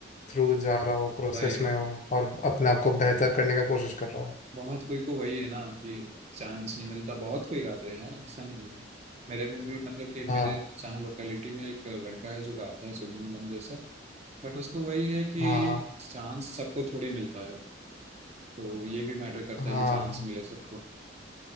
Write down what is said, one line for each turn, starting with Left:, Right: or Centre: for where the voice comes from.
Left: थ्रू जा रहा हो प्रोसेस
Right: वही यार
Left: में हो और अपने आप को बेहतर करने का कोशिश कर रहा हो
Right: बहुत कोई को वही है ना कि चांस नहीं मिलता बहुत कोई गाते हैं और ऐसा नहीं है मेरे में भी मतलब कि मेरे
Left: हाँ
Right: जहाँ लोकेलिटी में एक लड़का है जो गाता है सोनू निगम जैसा बट उसको वही है कि
Left: हाँ हाँ
Right: चांस सबको थोड़ी मिलता है तो ये भी मैटर करता
Left: हाँ
Right: है कि चांस मिले सबको